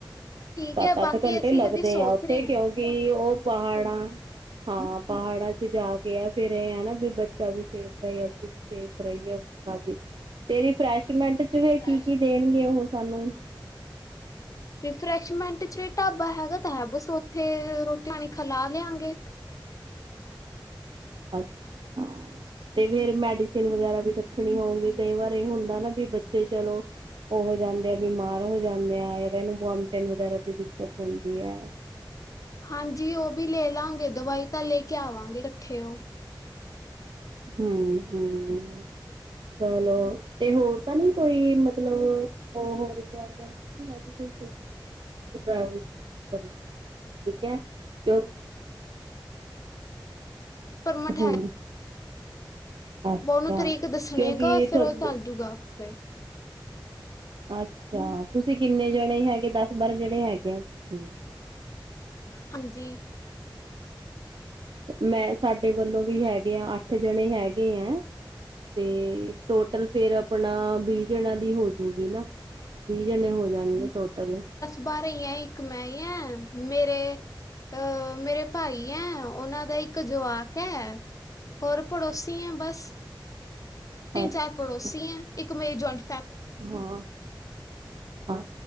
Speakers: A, on the left; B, on the right.
A: ਠੀਕ
B: ਸੱਤ-ਅੱਠ
A: ਹੈ ਬਾਕੀ
B: ਘੰਟੇ
A: ਅਸੀਂ
B: ਲੱਗਦੇ
A: ਹਜੇ ਸੋਚ
B: ਆ ਉੱਥੇ
A: ਰਹੇ
B: ਕਿਉਂ ਕਿ ਉਹ ਪਹਾੜਾਂ ਹਾਂ ਪਹਾੜਾਂ ਚ ਜਾ ਕੇ ਆ ਫੇਰ ਇਹ ਐ ਨਾ ਵੀ ਬੱਚਾ ਵੀ ਸੇਫ ਰਏ, ਅਸੀਂ ਵੀ ਸੇਫ ਰਈਏ, ਉਸ ਹਿਸਾਬ ਵੀ ਤੇ ਰਿਫਰੈਸ਼ਮੈਂਟ ਚ ਫਿਰ
A: ਹਾਂ
B: ਕੀ-ਕੀ ਦੇਣਗੇ ਉਹ ਸਾਨੂੰ।
A: ਰਿਫਰੈਸ਼ਮੈਂਟ ਚ ਢਾਬਾ ਹੈਗਾ ਤਾਂ ਹੈ ਬਸ ਉੱਥੇ ਰੋਟੀ-ਪਾਣੀ ਖਿਲਾ ਲਿਆਂਗੇ।
B: ਅੱਛਾ, ਤੇ ਫਿਰ ਮੈਡੀਸਿਨ ਵਗੈਰਾ ਵੀ ਰੱਖਣੀ ਹੋਊਗੀ ਕਈ ਵਾਰ ਇਹ ਹੁੰਦਾ ਨਾ ਵੀ ਬੱਚੇ ਚਲੋ ਉਹ ਹੋ ਜਾਂਦੇ ਆ, ਬਿਮਾਰ ਹੋ ਜਾਂਦੇ ਆ ਜਾਂ ਇਹਨੂੰ ਵੋਮਟੇਨੀਂਗ ਵਗੈਰਾ ਦੀ ਦਿੱਕਤ ਹੁੰਦੀ ਐ।
A: ਹਾਂਜੀ ਉਹ ਵੀ ਲੈ ਲਾਂਗੇ, ਦਵਾਈ ਤਾਂ ਲੈ ਕੇ ਆਵਾਂਗੇ ਕੱਠੇ ਉਹ।
B: ਹੂੰ ਹੂੰ। ਚਲੋ ਤੇ ਹੋਰ ਤਾਂ ਨੀ ਕੋਈ ਮਤਲਬ ਉਹ ਰਿਕਵਾਰਮੈਂਟ। ਹੈ ਕੋਈ ਚੰ ਤੁਸੀ ਡਵ ਕਰਹੇ ਠੀਕ ਹੈ ਤੇ <unintelligible>
A: ਪਰਮਠ ਹੈ।
B: ਹਮ ਅੱਛਾ
A: ਬ ਉਹਨੂੰ ਤਰੀਕ ਦੱਸਣੀ
B: ਕਿਉਂਕਿ
A: ਐਗਾ ਫੇਰ
B: ਤੁਹਾਡੇ
A: ਉਹ ਚੱਲ ਜੂਗਾ। ਆਪੇ
B: ਅੱਛਾ, ਤੁਸੀਂ ਕਿੰਨੇ ਜਣੇ ਹੈਗੇ, ਦੱਸ-ਬਾਰਾਂ ਜਣੇ ਹੈਗੇ ਆ ਤੁਸੀਂ।
A: ਹਾਂਜੀ।
B: ਮੈਂ ਸਾਡੇ ਵੱਲੋਂ ਵੀ ਹੈਗੇ ਆ। ਅੱਠ ਜਣੇ ਹੈਗੇ ਐ। ਤੇ ਟੋਟਲ ਫੇਰ ਆਪਣਾ ਵੀਹ ਜਣਾ ਦੀ ਹੋਜੂਗੀ ਨਾ। ਵੀਹ ਜਣੇ ਹੋ ਜਾਣਗੇ ਟੋਟਲ।
A: ਬਾਰੇ ਇਆ ਇੱਕ ਮੈਂ ਆ ਮੇਰੇ ਅਹ ਮੇਰੇ ਭਾਈ ਐ, ਉਹਨਾਂ ਦਾ ਇੱਕ ਜਵਾਕ ਐ ਹੋਰ ਪੜੋਸੀ ਐ, ਬਸ ਤਿੰਨ-ਚਾਰ
B: ਅੱਛਾ
A: ਪੜੋਸੀ ਐ, ਇੱਕ ਮੇਰੀ ਜੋਇੰਟ
B: ਹਾਂ, ਅਛ